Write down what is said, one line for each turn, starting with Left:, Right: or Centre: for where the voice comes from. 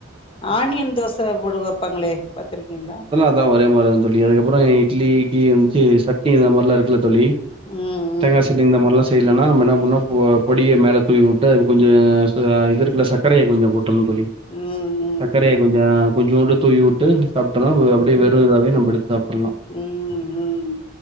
Left: ஆனியன் தோச போடு வப்பாங்களே பாத்ருக்கீங்களா
Right: ல்லா ஒரே மாரிதா தோழி அதுக்கப்பறொ இட்லிக்கீ வந்து சட்னி இந்த மாரில்லா இருக்குல்ல தோழி
Left: ம்
Right: தேங்கா சட்னி இந்த மார்லா செய்லன்னா நம்ம என்னா பண்ணோ பொ பொடிய மேல தூவி உட்டு அ கொஞ்சொ ச இது இருக்குல்ல ச சக்கரைய கொஞ்சொ கொட்டணு தோழி
Left: ம் ம்
Right: சச்கரைய கொஞ்சொ கொஞ்சோண்டு தூவி உட்டு சாப்ட்டனா ப
Left: ம்
Right: வெறு இதாவே நம்ப எடுத்து சாப்புல்லா
Left: ம் ம்